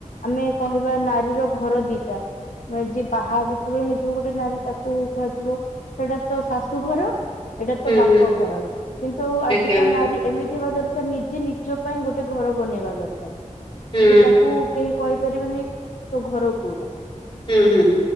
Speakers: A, on the left; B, on the left.
A: ଆମେ କହିବା ନାରୀର ଘର ଦିଇଟା ନା ଯିଏ ବାହା ଯେତେବେଳେ ହେଇଯିବ ଗୋଟେ ନାରୀ ତାକୁ କୁହାଯିବ ସେଇଟା ତୋ ଶାଶୁଘର ତୋ
B: ହୁଁ,
A: ବାପ
B: ହୁଁ,
A: ଘର କିନ୍ତୁ ଆଜିକା
B: ଆଜ୍ଞା,
A: ନାରୀ ଏମି ଥିବା ଦରକାର ନିଜେ ନିଜ ପାଇଁ ଗୋଟେ ଘର ବନେଇବା ଦରକାରକ
B: ହୁଁ,
A: ଏବେ ତାଙ୍କୁ କେହି କହିପାରିବେନି ତୋ ଘର କୋଉଟା।
B: ହୁଁ
A: ହେଲା
B: ହୁଁ